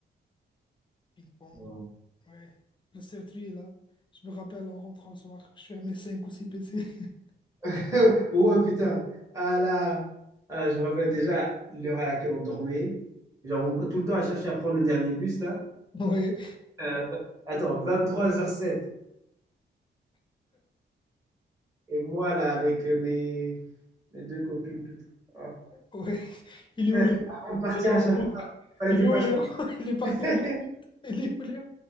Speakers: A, on the left (about 25°); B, on the right (about 15°).
A: Ping-pong.
B: wow.
A: Ouais. Le circuit là. Je me rappelle en rentrant le soir, je fermais 5 ou 6 PC. <laughs>
B: <laughs> Oh putain, à la... ah, je me rappelle déjà l'heure à laquelle on dormait. Genre, on- tout le temps à chercher à prendre le dernier bus, là.
A: Ouais,
B: Euh, v- attends, 23h07. Et moi, là, avec euh, mes, mes deux copines, putain. Ah.
A: ouais. Il est où?
B: Frère, avant de partir
A: Léo,
B: à chaque fois, il fallait
A: il
B: que je
A: est
B: fasse.
A: où Léon <laughs> Il est parti
B: <laughs>
A: à Dortmund. Il est où Léon